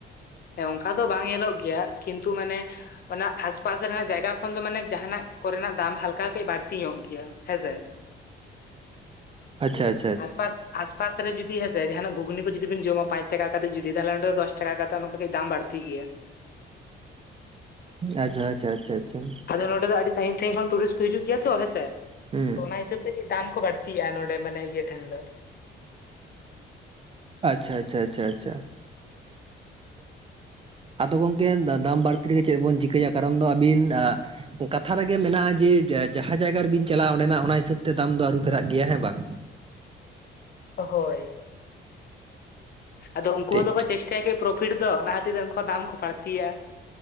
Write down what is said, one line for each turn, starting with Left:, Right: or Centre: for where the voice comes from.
Left: ᱦᱮᱸ ᱚᱱᱠᱟ ᱫᱚ ᱵᱟᱝ ᱧᱮᱞᱚᱜ ᱜᱮᱭᱟ ᱠᱤᱱᱛᱩ ᱢᱟᱱᱮ ᱚᱱᱟ ᱟᱥᱯᱟᱥ ᱨᱮᱱᱟᱜ ᱡᱟᱭᱜᱟ ᱠᱷᱚᱱ ᱫᱚ ᱢᱟᱱᱮ ᱡᱟᱦᱟᱸᱱᱟᱜ ᱠᱚᱨᱮᱱᱟᱜ ᱫᱟᱢ ᱦᱟᱞᱠᱟ ᱠᱟᱹᱡ ᱵᱟᱹᱲᱛᱤ ᱧᱚᱜ ᱜᱮᱭᱟ ᱾ ᱦᱮᱸ ᱥᱮ
Right: ᱟᱪᱪᱷᱟ ᱾
Left: ᱟᱥᱯᱟᱥ ᱟᱥ ᱯᱟᱥ ᱨᱮ ᱡᱩᱫᱤ ᱦᱮᱸ ᱥᱮ ᱡᱟᱦᱟᱱᱟᱜ ᱜᱷᱩᱜᱽᱱᱤ ᱠᱚ ᱡᱩᱫᱤ ᱵᱤᱱ ᱡᱚᱢ-ᱟ ᱯᱟᱸᱪ ᱴᱟᱠᱟ ᱠᱟᱛᱮ ᱡᱩᱫᱤ ᱛᱟᱦᱚᱞᱮ ᱚᱸᱰᱮ ᱫᱚᱥ ᱴᱟᱠᱟ ᱠᱟᱛᱮᱫ ᱚᱱᱛᱮ ᱠᱟᱹᱡ ᱫᱟᱢ ᱵᱟᱹᱲᱛᱤ ᱜᱮᱭᱟ ᱾
Right: ᱟᱪᱪᱷᱟ ᱟᱪᱪᱷᱟ ᱟᱪᱪᱷᱟ ᱟᱪᱪᱷᱟ ᱾
Left: ᱟᱫᱚ ᱱᱚᱸᱰᱮ ᱫᱚ ᱟᱹᱰᱤ ᱥᱟᱺᱜᱤᱧ ᱥᱟᱺᱜᱤᱧ ᱠᱷᱚᱱ ᱴᱩᱨᱤᱥᱴ ᱠᱚ ᱦᱤᱡᱩᱜ ᱜᱮᱭᱟ ᱛᱚ ᱦᱮᱸ ᱥᱮ,
Right: ᱦᱩᱸ
Left: ᱛᱚ ᱚᱱᱟ ᱦᱤᱥᱟᱹᱵᱽ ᱛᱮ ᱫᱟᱢ ᱠᱚ ᱵᱟᱹᱲᱛᱤᱜᱼᱟ ᱱᱚᱰᱮ ᱢᱟᱱᱮ ᱤᱭᱟᱹ ᱴᱷᱮᱱ ᱫᱚ
Right: ᱟᱪᱪᱷᱟ ᱟᱪᱷᱟ ᱟᱪᱷᱟ ᱟᱪᱷᱟ ᱾ ᱟᱫᱚ ᱜᱚᱝᱠᱮ ᱫᱟᱢ ᱵᱟᱹᱲᱛᱤ ᱨᱮᱜᱮ ᱪᱮᱫ ᱵᱚᱱ ᱪᱤᱠᱟᱹᱭᱟ ᱠᱟᱨᱚᱱ ᱫᱚ ᱟᱹᱵᱤᱱ ᱠᱟᱛᱷᱟ ᱨᱮᱜᱮ ᱢᱮᱱᱟᱜᱼᱟ ᱡᱮ ᱡᱟᱦᱟᱸ ᱡᱟᱭᱜᱟ ᱨᱮᱵᱤᱱ ᱪᱟᱞᱟᱜᱼᱟ ᱚᱸᱰᱮᱱᱟᱜ ᱚᱱᱟ ᱦᱤᱥᱟᱹᱵ ᱛᱮ ᱫᱟᱢ ᱫᱚ ᱟᱹᱨᱩ ᱯᱷᱮᱨᱟᱜ ᱜᱮᱭᱟ ᱦᱮᱸ ᱵᱟᱝ
Left: ᱦᱳᱭ ᱾ ᱟᱫᱚ ᱩᱱᱠᱩ
Right: ᱴᱷᱤᱠ
Left: ᱦᱚᱸ ᱫᱚ ᱠᱚ ᱪᱮᱥ ᱟᱠᱚ ᱯᱨᱚᱯᱷᱤᱴ ᱫᱚ ᱚᱱᱟ ᱛᱮ ᱩᱱᱠᱩ ᱫᱟᱢ ᱠᱚ ᱵᱟᱹᱲᱛᱤᱭᱟ